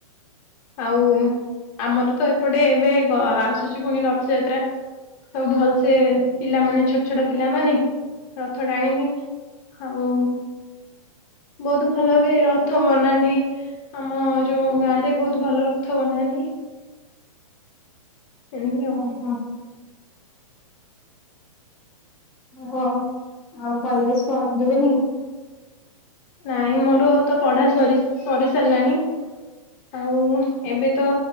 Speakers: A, on the left; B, in the centre.
A: ଆଉ ଆମର ତ ଏପଟେ ଏବେ ଆସୁଛି ପୁଣି ରଥଯାତ୍ରା। ଆଉ ଭଲସେ ପିଲାମାନେ ଛୋଟ ଛୋଟ ପିଲାମାନେ ରଥ ଟାଣିବେ। ଆଉ ବହୁତ ଭଲ ବି ରଥ ବନାନ୍ତି। ଆମ ଯୋଉ ଗାଁ ରେ ବହୁତ ଭଲ ରଥ ବନାନ୍ତି। ସେମିତି ଆଉ।
B: ଓହୋ ହଉ ଆଉ କଲେଜ ପ ଯିବେନି?
A: ନାଇଁ ମୋର ତ ପଢା ସରି ସରି ସାରିଲାଣି। ଆଉ ଏବେ ତ